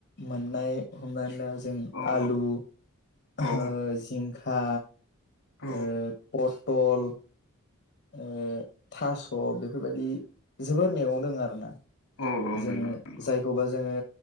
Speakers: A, on the left; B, on the left.
A: मोननाय हमनानै ला जों
B: औ
A: आलु। ओ
B: औ
A: जिंखा
B: औ
A: ओ पटल ओ थास' बेफोरबायदि जोबोर मेगं दंङ आरोना
B: औ औ
A: जोंङो
B: नंगौ नंगौ
A: जायखौबा जोंङो